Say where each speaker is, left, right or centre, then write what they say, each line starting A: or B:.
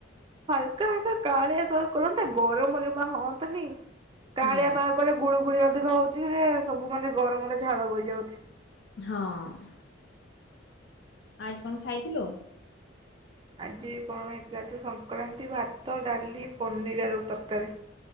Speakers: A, on the right; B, on the left.
A: ହାଲକା-ହାଲକା କାଆଁଳିଆ ପାଗ କରନ୍ତା ଗରମ ଜମା ହୁଅନ୍ତାନି କାଆଁଳିଆ
B: ହୁଁ
A: ପା ମାନେ ଗୁଳୁ ଗୁଳି ଅଧିକ ହଉଛି ଯେ ସବୁ ମାନେ ଗରମରେ ଝାଳ ବହିଯାଉଛି।
B: ହଁ। ଆଜି କଣ ଖାଇଥିଲୁ?
A: ଆଜି କଣ ହେଇଥିଲା, ଯେ ସଂକ୍ରାନ୍ତି ଭାତ, ଡାଲି, ପନିର୍ ଆଳୁ ତରକାରୀ।